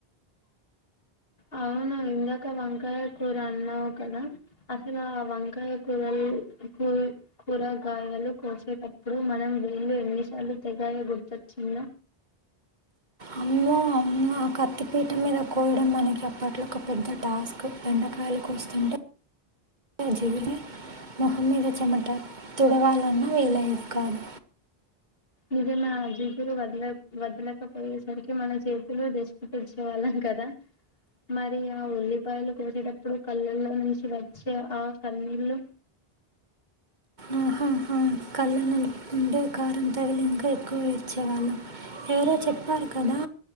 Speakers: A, on the left; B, on the right.
A: అవును ఇందాక వంకాయ కూర అన్నావు కదా అసలు ఆ వంకాయ కూరల్లో కూ కూరగాయలు కోసేటప్పుడు మనం వేలు ఎన్ని సార్లు తెగాయె గుర్తు వచ్చింద
B: అమ్మో అవునా కత్తిపీట మీద కోయడం మనకి అప్పట్లో ఒక పెద్ద టాస్క్ బెండకాయలు కోస్తుంటే ఆ జిగురు మొహం మీద చెమట తుడవాలన్నా వీలు అయ్యెది కాదు
A: నిజమే ఆ జీగురు వదల వదలకపోయేసరికి మన చేతులు దష్టి తెచ్చే వాళ్ళం కదా మరి ఆ ఉల్లిపాయలు కోసేటప్పుడు కళ్ళల్లో నుంచి వచ్చే ఆ కన్నీళ్లు
B: ఆహాహా కళ్ళు నలుపుకుంటే కారం తగిలి ఇంకా ఎక్కువ ఎడ్చేవాళ్ళం ఎవరో చెప్పారు కదా